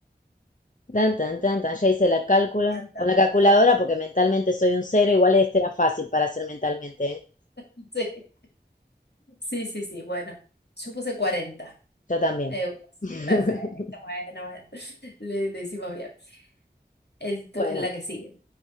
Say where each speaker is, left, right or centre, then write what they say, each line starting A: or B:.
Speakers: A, on the left; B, on the left.
A: Tan, tan, tan, tan. Ya hice el cálculo.
B: Tan, tan,
A: Con la
B: tan,
A: calculadora,
B: tan, tan.
A: porque mentalmente soy un cero, igual este era fácil para hacer mentalmente, ¿eh?
B: <laughs> Sí, sí, sí, sí. Bueno, yo puse cuarenta
A: Yo también.
B: euros.
A: <laughs>
B: Perfecto, bueno, bueno. <laughs> Le, le hicimos bien. El, tu-
A: Bueno.
B: la que sigue.